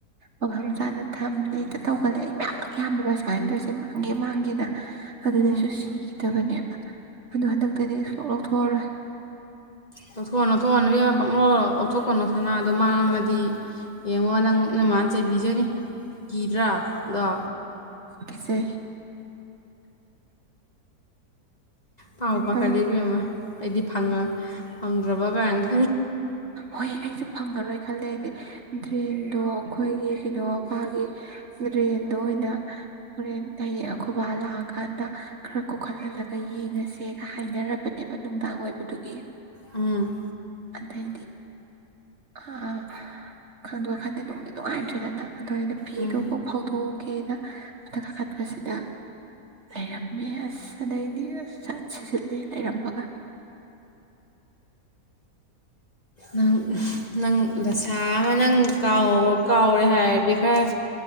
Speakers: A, on the right (about 45°); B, on the left (about 25°).
A: ꯃꯐꯝ ꯆꯥꯅ ꯊꯝꯃꯦ ꯇꯧꯒꯜꯂꯦ ꯑꯩ ꯃꯌꯥꯝꯅ ꯌꯥꯝꯃꯦꯕ ꯁꯨꯃꯥꯏꯅ ꯇꯧꯔꯤꯁꯦ ꯃꯥꯡꯒꯦ ꯃꯥꯡꯒꯦꯅ ꯑꯗꯨꯗꯗꯁꯨ
B: ꯎꯝ
A: ꯁꯤꯤꯒ ꯇꯕꯅꯦ ꯑꯗꯨ ꯍꯟꯗꯛꯇꯗꯤ ꯁꯀꯨꯜ ꯂꯧꯊꯣꯛꯑꯔꯣꯏ
B: ꯂꯧꯊꯣꯛꯑꯣ ꯂꯧꯊꯣꯛꯑ ꯅꯕꯤ ꯄꯛ ꯂꯧꯣ ꯂꯧꯊꯣꯛꯀꯅꯣ ꯁꯅꯥꯗꯣ ꯃꯥꯡꯉꯗꯤ ꯌꯦꯡꯉꯣ ꯅꯪ ꯅꯃꯅ ꯆꯩꯕꯤꯖꯅꯤ ꯀꯤꯗ꯭ꯔꯥ ꯑꯗꯣ
A: ꯀꯁꯦ
B: ꯄꯥꯎ ꯄ
A: ꯇꯧꯔꯤ
B: ꯈꯗꯕꯤ ꯑꯃꯗꯤ ꯐꯉ ꯐꯪꯗ꯭ꯔꯕ ꯀꯥꯏ
A: ꯍꯣꯏ ꯑꯩꯁꯨ ꯐꯪꯉꯔꯣꯏ ꯈꯜꯂꯦ ꯍꯥꯏꯗꯤ ꯗ꯭ꯔꯦꯟꯗꯣ ꯑꯩꯈꯣꯏꯒꯤ ꯀꯩꯅꯣꯄꯥꯒꯤ ꯗ꯭ꯔꯦꯟꯗꯣ ꯑꯣꯏꯅ ꯍꯣꯔꯦꯟ ꯍꯌꯦꯡ ꯑꯈꯕꯥ ꯂꯥꯛꯑꯀꯥꯟꯗ ꯈꯔ ꯀꯣꯛꯍꯜꯍꯜꯂꯒ ꯌꯦꯡꯉꯁꯦꯒ ꯍꯥꯏꯅꯔꯕꯅꯦꯕ ꯅꯨꯡꯗꯥꯡ ꯑꯣꯏꯕꯗꯨꯒꯤ
B: ꯎꯝ
A: ꯑꯗꯤ ꯑꯥ ꯈꯪꯗꯣꯏ ꯈꯟꯗꯦ ꯅꯨꯡꯗꯤ ꯅꯨꯡꯉꯥꯏꯇ꯭ꯔꯦꯗꯅ ꯑꯗꯣ ꯑꯩꯅ ꯐꯤꯗꯨ
B: ꯎꯝ
A: ꯀ ꯐꯥꯎꯗꯣꯛꯎꯒꯦ ꯃꯊꯛ ꯀꯥꯈꯠꯄꯁꯤꯗ ꯇꯥꯏꯔꯛꯃꯦꯁ ꯑꯗꯩꯗꯤ ꯁꯠ ꯁꯤꯖꯤꯂꯦ ꯂꯩꯔꯝꯃꯒ
B: ꯅꯪ ꯅꯪ ꯗꯁꯥ ꯑꯃ ꯅꯪ ꯀꯥꯎꯔꯦ ꯍꯥꯏꯔꯗꯤ ꯈꯔ